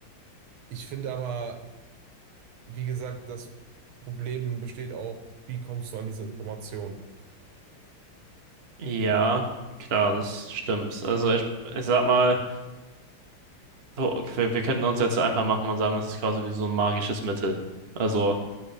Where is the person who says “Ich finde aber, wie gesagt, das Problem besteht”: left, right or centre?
Right